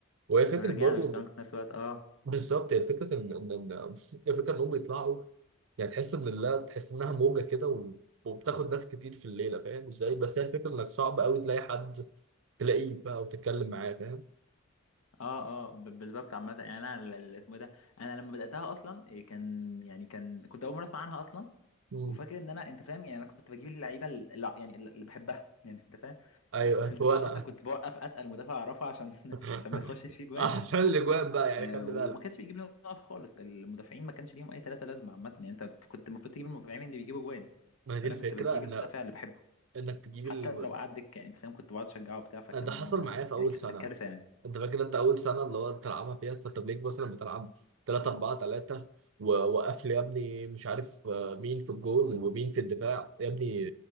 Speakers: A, on the right; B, on the left.
A: وهي فكره
B: ورجعنا
A: برضو
B: اشتغلنا
A: إن-
B: في نفس الوقت اه
A: بالظبط هي فكره ان ان ان هي فكره انهم بيطلعوا يعني تحس ان لا تحس انها موجه كده و... وبتاخد ناس كتير في الليله فاهم ازاي بس هي الفكره انك صعب قوي تلاقي حد تلاقيه بقى وتتكلم معاه فاهم
B: اه اه ب- بالظبط عامة يعني انا ال- ال- اسمه ايه ده انا لما بدأتها اصلا إيه، كان يعني كان كنت اول مرة اسمع عنها اصلا
A: مم.
B: وفاكر ان انا انت فاهم يعني انا كنت بجيب اللعيبة اللي يعني ال- اللي بحبها يعني انت فاهم
A: ايوه
B: في
A: ايوه
B: الدفاع
A: وانا
B: مثلا كنت بوقف اتقل مدافع اعرفه عشان <laughs>
A: <laughs>
B: عشان ما يخشش فيه جوان
A: عشان الاجوان بقى يعني
B: آه
A: خلي
B: وما
A: بالك
B: كانش بيجيب لنا نقط خالص المدافعين ما كانش ليهم اي ثلاثة لازمة عامة يعني انت كنت المفروض تجيب المدافعين اللي بيجيبوا جوان
A: ما هي دي
B: فانا
A: الفكره
B: كنت بجيب
A: ان
B: المدافع اللي بحبه
A: انك تجيب
B: حتى
A: ال...
B: لو قعد دكة يعني انت فاهم كنت بقعد اشجعه وبتاع فكان
A: ده حصل معايا في اول
B: يعني كانت
A: سنه
B: كانت كارثة يعني
A: انت فاكر انت اول سنه اللي هو بتلعبها فيها فترليك مثلا بتلعب 3 4 3 ووقف لي يا ابني مش عارف آه، مين في الجول ومين في الدفاع يا ابني